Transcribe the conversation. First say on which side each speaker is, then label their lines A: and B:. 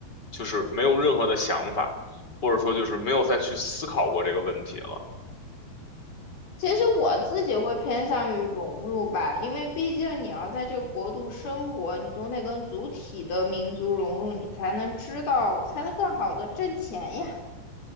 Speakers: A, on the left; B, on the left.
A: 就是没有任何的想法，或者说就是没有再去思考过这个问题了。
B: 其实我自己会偏向于融入吧，因为毕竟你要在这个国度生活，你总得跟主体的民族融入，你才能知道，才能更好的挣钱呀，